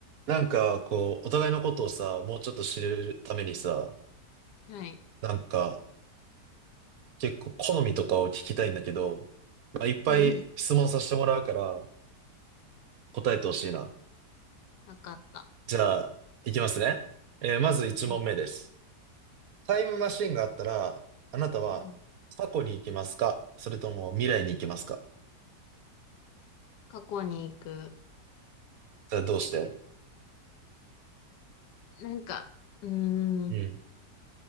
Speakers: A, on the right; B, on the left.
A: なんか、こう、お互いのことをさ、もうちょっと知るためにさ、
B: はい。
A: なんか、結構好みとかを聞きたいんだけど、まあ、いっぱい質問させてもらうから、
B: うん。
A: 答えてほしいな。
B: なかった。
A: じゃあ、いきますね。えーまず1問目です。
B: はい。
A: タイムマシンがあったら、あなたは過去に行きますかそれとも未来に行きますか
B: うん。過去に行く。
A: それはどうして
B: なんか、うーん。
A: うん。